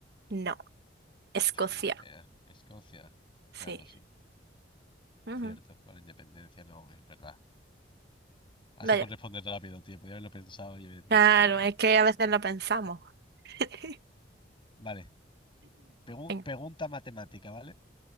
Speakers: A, on the right (about 60°); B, on the left (about 30°).
A: No, Escocia.
B: Pf, Ni idea. Escocia.
A: Sí.
B: Claro, sí.
A: Ujú.
B: Cierto, con la independencia no, es verdad. Así
A: Vaya.
B: por responder rápido, tío. Podría haberlo pensado y haber dicho,
A: Claro,
B: pero mierda.
A: es que a veces lo pensamos. <clears throat>
B: Vale. Pegu-
A: Venga.
B: pregunta matemática, ¿vale?